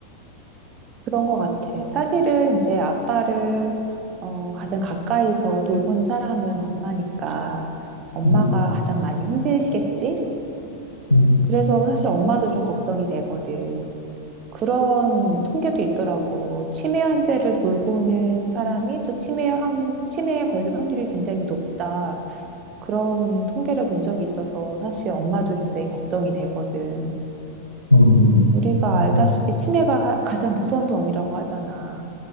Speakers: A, on the right (about 35°); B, on the left (about 80°).
A: 그런 것 같아. 사실은 이제 아빠를 어, 가장 가까이서 돌본 사람은 엄마니까 엄마가
B: 음,
A: 가장 많이 힘드시겠지?
B: 음,
A: 그래서 사실 엄마도 좀 걱정이 되거든. 그런 통계도 있더라고. 치매 환자를 돌보는 사람이 또 치매 환, 치매에 걸릴 확률이 굉장히 높다. 그런 통계를 본 적이 있어서 사실 엄마도 굉장히 걱정이 되거든.
B: 음,
A: 우리가
B: 그렇군.
A: 알다시피 치매가 하- 가장 무서운 병이라고 하잖아.